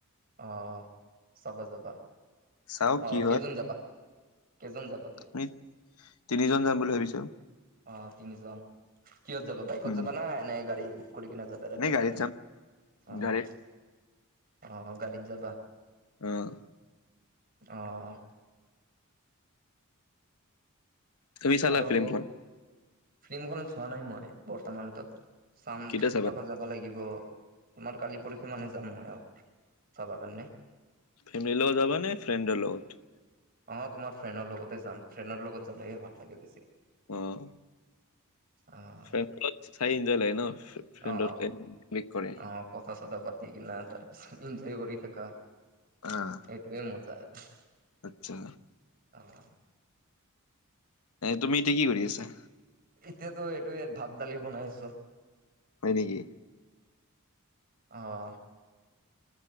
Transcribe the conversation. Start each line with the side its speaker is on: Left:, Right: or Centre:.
Right: অ', চাব যাবা,
Left: চাও
Right: অ',
Left: কি
Right: কেইজন যাবা? কেইজন যাবা তুমি?
Left: আমি তিনিজন যাম বুলি ভাবিছোঁ।
Right: অ', তিনিজন, কিহত যাবা? বাইকত
Left: উম।
Right: যাবা না এনে গাড়ী বুক কৰি কিনে যাবা। বেলেগ
Left: এনেই
Right: চা
Left: গাড়ীত যাম
Right: অহ।
Left: গাড়ীত
Right: অ', গাড়ীত যাবা।
Left: অহ।
Right: অহ।
Left: তুমি চালা
Right: আৰু
Left: ফিল্মখন
Right: ফিল্ম খন চোৱা নাই মই, বৰ্তমানতো। চাম,
Left: কেতিয়া
Right: চাব
Left: চাবা
Right: যাম। যাব লাগিব, তোমাৰ কালি পৰশি মানে যাম ময়ো, চাবৰ কাৰণে।
Left: ফেমিলিৰ লগত যাবা নে ফ্ৰেণ্ডৰ লগত?
Right: অ', তোমাৰ ফ্ৰেণ্ডৰ লগতেই যাম ফ্ৰেণ্ডৰ লগত যালেহে ভাল লাগে বেছি।
Left: অহ।
Right: অহ।
Left: <unintelligible> এনজয় লাগে ন। ফ্ৰেণ্ডৰ
Right: অ',
Left: ক্লিক কৰে
Right: অ। অ, কথা চথা পাতি কিনা তাৰপিছত ইনজয় কৰি থাকা।
Left: অহ।
Right: টোৱে মজা আৰু।
Left: আচ্ছা।
Right: অহ।
Left: এ তুমি এতিয়া কি কৰি আছা?
Right: এতিয়াতো এইটো ইয়াত ভাত দালি বনাই আছো।
Left: হয় নেকি?
Right: অঁ।